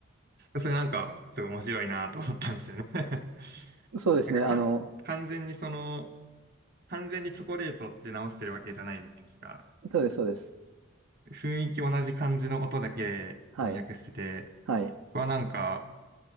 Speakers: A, on the right; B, on the right.
A: それなんか、すごい面白いなと思ったんですよね <laughs>
B: そうですね。
A: なんかか、
B: あの、
A: 完全にその、完全にチョコレートって直してるわけじゃないじゃないですか。
B: そうです、そうです。
A: 雰囲気同じ感じの音だけ翻訳してて、
B: はい。はい。
A: ここはなんか、